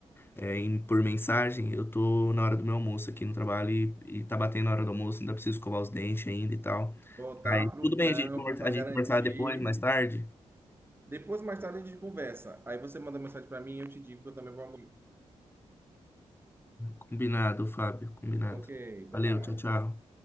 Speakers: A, on the left; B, on the right.
A: é, em- por mensagem, eu tô na hora do meu almoço aqui no trabalho e, e tá batendo a hora do almoço, ainda preciso escovar os dentes ainda e tal.
B: Voltar
A: Aí,
B: pro
A: tudo bem
B: trampo
A: a gente, conver-
B: para
A: a gente
B: garantir.
A: conversar depois, mais tarde?
B: Depois, mais tarde, a gente conversa. Aí você manda mensagem para mim e eu te digo que eu também vou.
A: Combinado, Fábio, combinado.
B: Ok, até
A: Valeu,
B: mais.
A: tchau, tchau.